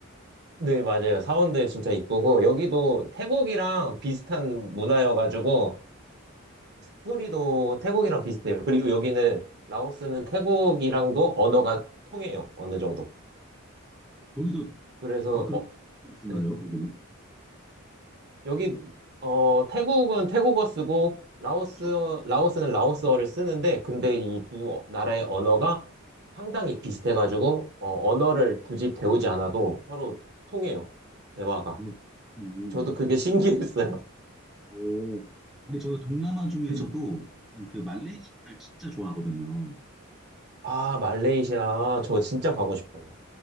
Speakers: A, on the right; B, in the centre.
A: 네, 맞아요. 사원들 진짜 이쁘고 여기도 태국이랑 비슷한 문화여가지고 스토리도 태국이랑 비슷해요. 그리고 여기는 라오스는 태국이랑도 언어가 통해요. 어느 정도.
B: 거기도
A: 그래서
B: 아 그런
A: 어,
B: 거 쓰나요?
A: 네.
B: 거기는?
A: 여기 어 태국은 태국어 쓰고 라오스
B: 저.
A: 라오스는 라오스어를 쓰는데 근데 이 두 나라의 언어가 상당히 비슷해가지고 어, 언어를 굳이 배우지 않아도 서로 통해요. 대화가.
B: 음. 음.
A: 저도 그게 <laughs> 신기했어요.
B: 오. 근데 저도 동남아 중에서도
A: 저
B: 그 말레이시아를 진짜 좋아하거든요.
A: 아, 말레이시아. 저 진짜 가고 싶어요.